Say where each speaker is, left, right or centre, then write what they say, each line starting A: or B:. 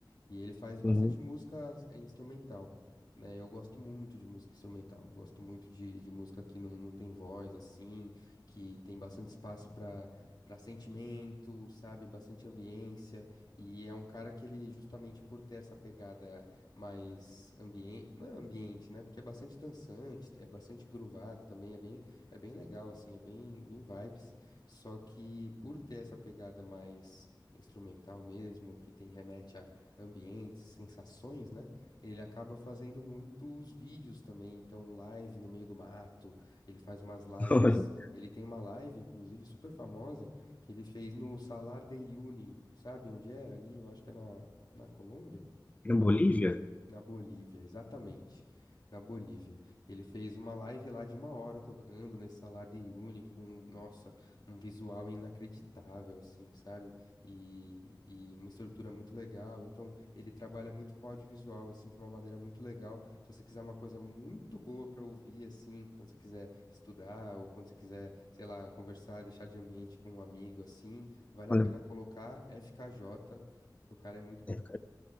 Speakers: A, on the left; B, on the left.
A: E ele faz bastante
B: Hum.
A: música é, instrumental, né? Eu gosto muito de música instrumental, gosto muito de, de música que não, não tem voz, assim, que tem bastante espaço para para sentimento, sabe? Bastante ambiência. E é um cara que ele, justamente por ter essa pegada mais ambiente, não é ambiente, né? Porque é bastante dançante, é bastante groovado também, é bem, é bem legal, assim, é bem, bem vibes. Só que por ter essa pegada mais instrumental mesmo, que tem remete a ambientes, sensações, né? Ele acaba fazendo muitos vídeos também, então live no meio do mato, ele faz umas lives,
B: <laughs>
A: ele tem uma live, inclusive, super famosa, que ele fez no Salar de Uyuni, sabe onde é? Ali, eu acho que é na, na Colômbia.
B: Na Bolívia?
A: Na Bolívia, exatamente. Na Bolívia. Ele fez uma live lá de uma hora tocando nesse salário de uni com, nossa, um visual inacreditável, assim, sabe? E, e uma estrutura muito legal. Então, ele trabalha muito com audiovisual, assim, de uma maneira muito legal. Se você quiser uma coisa muito boa pra ouvir, assim, quando você quiser estudar ou quando você quiser, sei lá, conversar, deixar de ambiente com um amigo, assim, vale
B: Olha,
A: a pena colocar FKJ. O cara é muito
B: é,
A: bom.